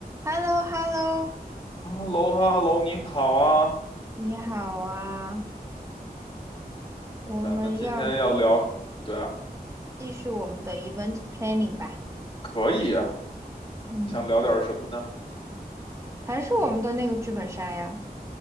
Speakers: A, on the right; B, on the left.
A: h e l l o h e l l o
B: 哈喽哈喽，你好啊，
A: 你好啊，我们要不
B: 咱们今天要聊，对啊，
A: 继续我们的 event planning 吧？
B: 可以啊，
A: 嗯，
B: 想聊点什么呢？
A: 还是我们的那个剧本杀呀，